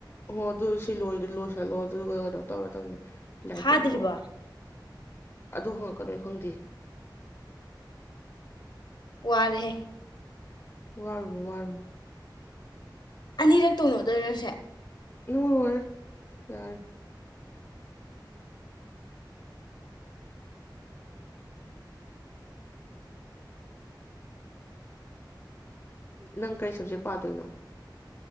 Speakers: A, on the left; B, on the left.
A: ꯑꯣ ꯑꯗꯨ ꯁꯤ ꯂꯣꯏꯔ ꯂꯣꯏ ꯁꯜꯂꯣ ꯑꯗꯨꯒ ꯀꯩꯅꯣ ꯇꯧꯔꯗꯕꯅꯤ ꯂꯥꯢꯔꯤꯛ
B: ꯐꯥꯗ꯭ꯔꯤꯕꯣ
A: ꯇꯧꯊꯣꯛꯑꯣ ꯑꯗꯨ ꯍꯪꯉꯛꯀꯅꯣ ꯑꯩ ꯈꯪꯗꯦ
B: ꯋꯥꯔꯦꯍꯦ
A: ꯋꯥꯔꯨꯅꯨ ꯋꯥꯔꯨꯅꯨ
B: ꯑꯅꯤꯔꯛ ꯇꯧꯅꯗꯣꯏꯔꯣ ꯁꯦ
A: ꯅꯣ ꯂꯣꯏꯔꯦ ꯌꯥꯔꯦ ꯅꯪ ꯀꯩ ꯁꯕꯖꯦꯛ ꯄꯥꯗꯣꯏꯅꯣ